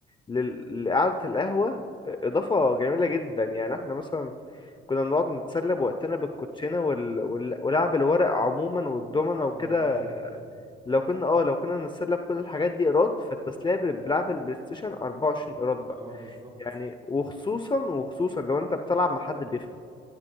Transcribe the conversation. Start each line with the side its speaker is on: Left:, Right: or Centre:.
Left: لل- لقعدة القهوة آه، إضافة جميلة جدا يعني احنا مثلا كنا بنقعد نتسلى بوقتنا بالكوتشينة وال... وال... ولعب الورق عموما والدومنة وكده
Right: اه رايق ده
Left: لو كنا اه لو كنا بنتسلى بكل الحاجات دي ايراد فالتسلية بال- بلعب البلاي ستيشن 24 ايراد بقى
Right: اه بالظبط
Left: يعني وخصوصا وخصوصا لو انت بتلعب مع حد بيفهم